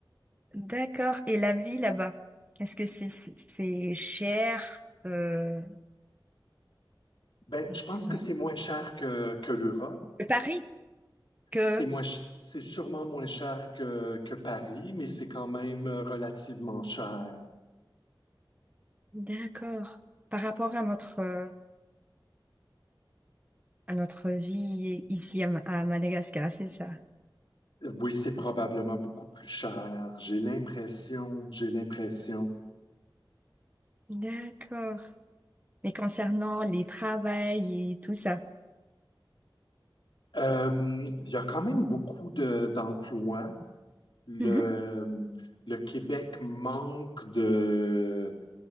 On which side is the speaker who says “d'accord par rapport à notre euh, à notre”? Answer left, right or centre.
Right